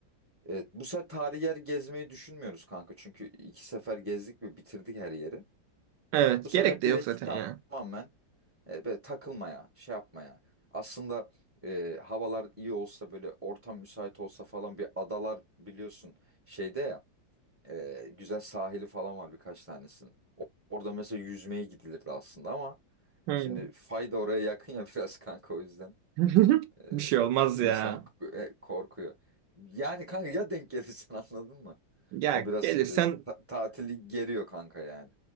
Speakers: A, on the right; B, on the right.
A: Evet, bu sefer tarihi yer gezmeyi düşünmüyoruz kanka. Çünkü iki sefer gezdik ve bitirdik her yeri.
B: Evet.
A: Bu sefer
B: Gerek de
A: direkt
B: yok zaten
A: tamamen
B: ya.
A: e, böyle takılmaya, şey yapmaya. Aslında e, havalar iyi olsa böyle ortam müsait olsa falan bir adalar biliyorsun şeyde ya e, güzel sahili falan var birkaç tanesinin. O- Orada mesela yüzmeye gidilirdi aslında ama
B: Hı.
A: şimdi fayda oraya yakın ya <laughs> biraz kanka o yüzden.
B: <laughs>
A: Ee,
B: Bir şey olmaz
A: insan
B: ya.
A: e, korkuyor. Yani kanka ya denk gelirsen <laughs> anladın mı?
B: Ya
A: O biraz
B: gelirsen
A: e, ta- tatili geriyor kanka yani.